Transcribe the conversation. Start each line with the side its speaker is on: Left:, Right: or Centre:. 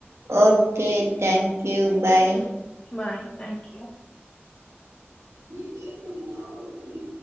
Right: okay thank you bye
Left: bye thank you
Right: ఏం చెత్తన్నావ్ అంజలి